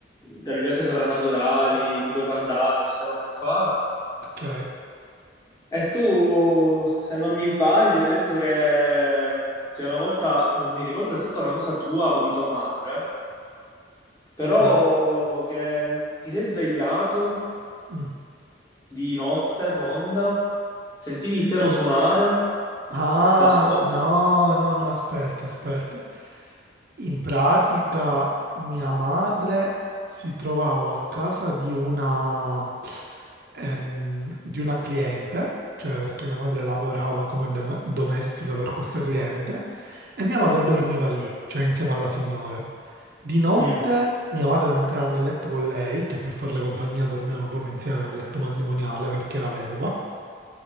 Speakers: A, on the left; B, on the right.
A: tra virgolette, soprannaturali, tipo i fantasmi, queste cose qua.
B: Ok,
A: E tu, se non mi sbaglio, mi hai detto che, che una volta, non mi ricordo se è stata una cosa tua o di tua madre, però
B: sì.
A: che ti sei svegliato
B: Mm.
A: di notte fonda, sentivi il piano suonare
B: Ah,
A: da sopra.
B: no, no, no, aspetta, aspetta. In pratica mia madre si trovava a casa di una, ehm, di una cliente, cioè perché mia madre lavorava come dem- domestica per questa cliente, e mia madre dormiva lì, cioè insieme alla signora. Di notte
A: Mm.
B: mia madre mentre era nel letto con lei, che per farle compagnia dormivano proprio insieme nel letto matrimoniale perché era vedova,